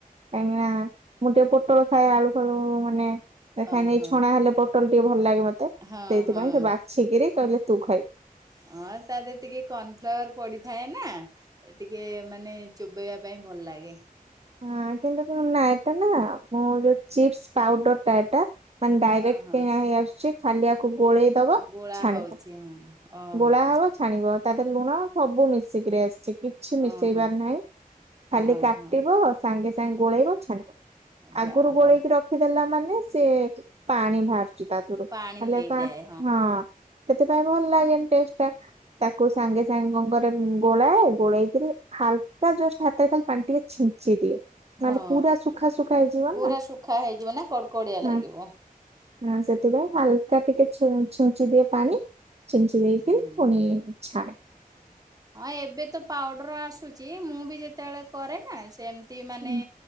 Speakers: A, on the right; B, on the right.
A: କାଙ୍ଗନା ମୁଣ୍ଡେ ପୋଟଳ ଖାଇଏ ଆଳୁ ଳୁ ମାନେ ଦେଖାନ
B: ଓହୋ।
A: ଛଣା ହେଲେ ପୋଟଲ ଟିକେ ଭଲ ଲାଗେ ମତେ
B: ହଁ
A: ସେଇଥିପାଇଁ
B: ହଁ
A: ସେ ବା ଶୀଘ୍ରରେ କହିଲେ ତୁ ଖାଇବୁ।
B: ହଁ ତାାରରେ ଟିକେ କର୍ଣଫ୍ଲାୱାର ପଡିଥାଏ ନା ଟିକେ ମାନେ ଚୋବେଇବା ପାଇଁ ଭଲ ଲାଗେ।
A: ହଁ କିନ୍ତୁ ନା ଏଟା ନା ମୁଁ ଯୋଉ ଚିପ୍ସ ପାଉଡର ଟା ଏଟା ମାନେ ଡାଇରେକ୍ଟ
B: ହଁ ହଁ।
A: କିଣା ହେଇ ଆସୁଛି ଖାଲି ଆକୁ ଗୋଳେଇ ବ
B: ଗୋଳା
A: ଛାଣିବ
B: ହଉଛି ହଁ ଓହୋ
A: ଗୋଳା ହବ ଛାଣିବ। ତା ତରେ ଲୁଣ ସବୁ ମିଶିକିରି ଆସିଛି କିଛି ମିଶେଇବାର
B: ଓହୋ
A: ନାହିଁ ଖାଲିା
B: ଓହୋ।
A: ସାଙ୍ଗେ ସାଙ୍ଗେ ଗୋଳେଇଛାଣିବ
B: ଯା
A: ଆଗରୁ ଗୋଳେଇକି
B: ହଉ
A: ରଖ ରଖିଦେଲା ମାନେ ସେ ପାଣି ବାହାରୁଛି ତା ଧରୁ
B: ପାଣି
A: ହେଲେ
B: ହେଇଯାଏ
A: ପା ହଁ ସେଥିପାଇଁ ଭଲ ଲାଗେନି ଟେଷ୍ଟ ଟା ତାକୁ ସାଙ୍ଗେ ସାଙ୍ଗଙ୍କରେ ଗୋଳାଏ ଗୋଳେଇକରି ହାଲକା ଜଷ୍ଟ ହାତରେ ପାଣି ଟିକେ ଯି ଦିଏ
B: ହଁ
A: ନହେଲେ ପୁରା ସୁଖା ସୁୁଖା ହେଇଯିବ
B: ପୁରା
A: ନା
B: ଶୁଖା ହେଇଯିବ ନା କଡକଡିଆ ଲାଗିବ
A: ହଁ ହଁ ସେଥିପାଇଁ ହାଲକା ଟିକେ ଛିଞ୍ଚି ଦିଏ ପାଣି ଚିଞ୍ଚ ଦେଖ
B: ହୁଁ।
A: କୁ ଇ୍ଛାାରେ
B: ହଁ ଏବେ ତ ପାଉଡର ଆସୁଛି ମୁଁ ବି ଯେତେବେଳେ କରେ ନା ସେ ମାନେ
A: ହୁଁ